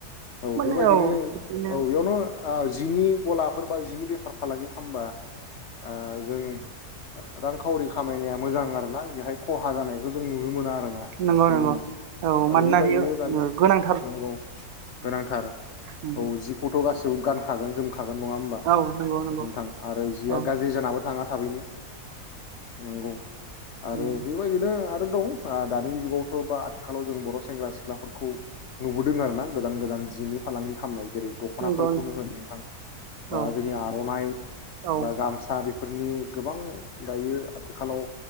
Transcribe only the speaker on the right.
माने
बिदिनो
नंगौ नंगौ औ
मानोना
बियो
उम गोनां
उम
औ नंगौ नंगौ
औ
उम
नंगौ
औ
औ